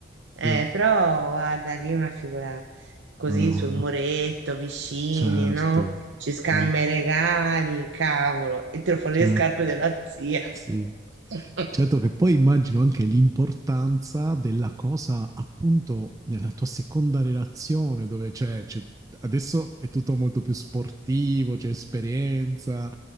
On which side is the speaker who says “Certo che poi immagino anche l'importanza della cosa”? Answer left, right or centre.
Right